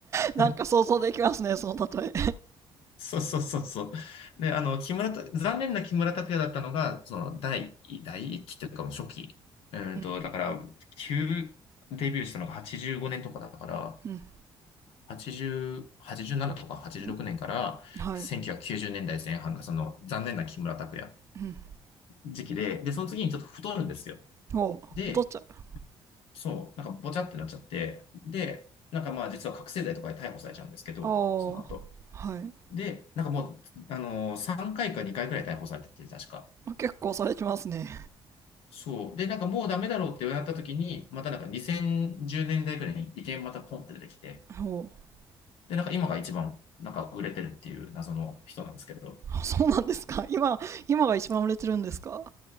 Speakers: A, on the right; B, on the left.
A: なんか想像できますね、
B: <laughs>
A: その例え。
B: そうそうそうそう。で、あの、木村拓、残念な木村拓哉だったのが、その、第一、第一期というか、もう初期。うーんと、
A: うん。
B: だから、旧、デビューしたのが85年とかだから、
A: うん。
B: 80、87とか86年から1990年代前半がその残念な木村拓哉
A: うんはい。うん。
B: 時期で、で、その次にちょっと太るんですよ。
A: ほう。
B: で、
A: お父ちゃん。あ
B: そう、なんかぼちゃってなっちゃって、で、なんかまあ実は覚醒剤とかで逮捕されちゃうんですけど、
A: あ。
B: その後。
A: はい。
B: で、なんかもう、あのー、3回か2回くらい逮捕されてて、確か。
A: 結構されてますね。
B: そう。で、なんかもうダメだろうってなった時に、またなんか2010年代くらいに意見またポンって出てきて、
A: ほう。
B: で、なんか今が一番なんか売れてるっていう謎の人なんですけど、
A: そうなんですか今、今が一番売れてるんですか